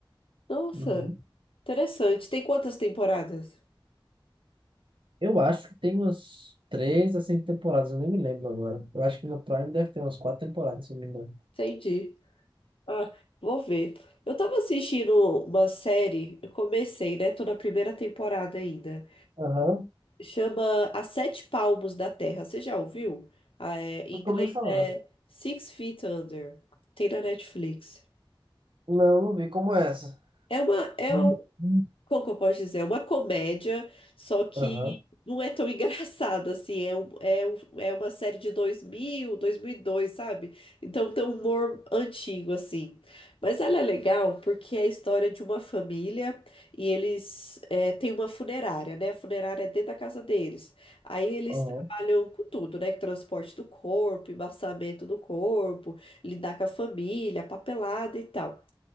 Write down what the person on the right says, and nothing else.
Uhum.
Eu acho que tem umas três a cinco temporadas, eu nem me lembro agora. Eu acho que no Prime deve ter umas quatro temporadas, se não me engano.
Aham.
Nunca
ouvi falar.
Não, não vi como é essa.
Uhum.
Aham,
aham.